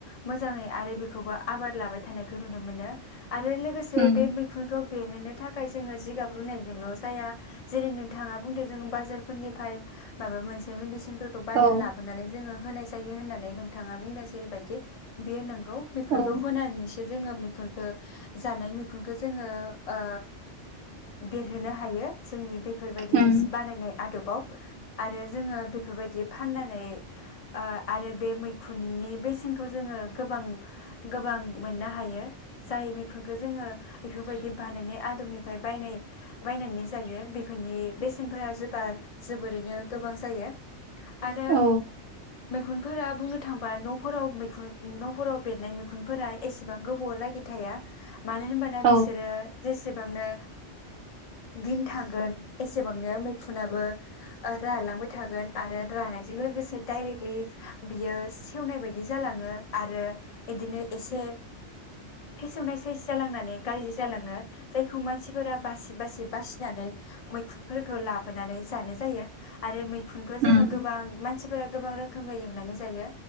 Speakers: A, on the left (about 40°); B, on the right (about 85°).
A: मोजाङै आरो बेखौबो आबाद लाबाय थानायखौ नुनो मोनो। आरो लोगोसे
B: उम
A: बे मैखुनखौ बेरहोनो था <unintelligible> जोङो जिगाब रुनायजोंल' जाया जेरै नोंथाङा बुंदों जों बाजारफोरनिफाय माबा मोनसे मेडिसिन बायनानै
B: औ
A: लाबोनानै जोङो होनाय जा होननानै नोंथाङा बुंदों जेरैबायदि बे <unintelligible> बेफोरखौ
B: औ
A: होनानैसो जोङो मैखुनखो जानाय मैखुनखो जोङो ओ देरहोनो हायो। जोंनि बेफोरबायदि
B: उम
A: बानायनाय आदबाव आरो जोङो। बेफोरबायदि फाननानै आ आरो बे मैखुननि बेसेनखौ जोङो गोबां गोबां मोननो हायो। जाय मैखुनखौ जोङो बेफोरबायदि बानायनाय आदबनिफ्राय बायनाय बायनानै जायो बेफोरनि बेसेनफोरा जोबा जोबोरैनो गोबां जायो। आरो
B: औ।
A: मैखुनफोरा बुंनो थांबा न'फोराव मैख न'फोराव बेरनाय मैखुनफोरा एसेबां गोबावलागि थाया मानो होनबाना बिसोरो
B: औ
A: जेसेबांनो दिन थांगोन एसेबांनो मैखुनाबो रालांबाय थागोन आरो रानायजों लोगोसे डायरेक्टलि बियो सेवनाय बायदि जालाङो आरो बिदिनो एसे फेसवनाय साइस जालांनानै गाज्रि जालाङो जायखौ मानसिफोरा बासि बासि बासिनानै मैखुनफोरखौ लाबोनानै जानो जायो आरो मै फुनखौ जोङो
B: उम
A: गोबां मानसिफोरा गोबां रोखोम रोखोमै एवनानै जायो